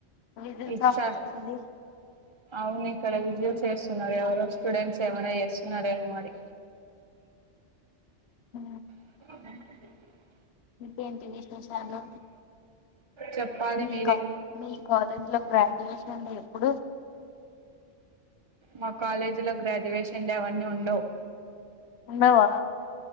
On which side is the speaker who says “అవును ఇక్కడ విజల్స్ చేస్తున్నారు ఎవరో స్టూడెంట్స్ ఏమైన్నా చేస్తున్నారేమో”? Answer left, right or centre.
Right